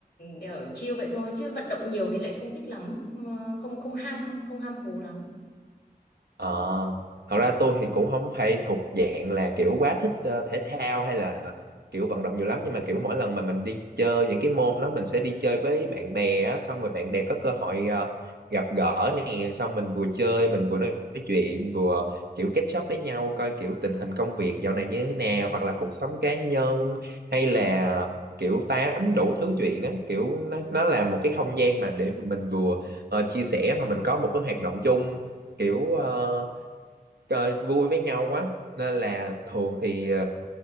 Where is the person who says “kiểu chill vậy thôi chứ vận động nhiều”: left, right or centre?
Left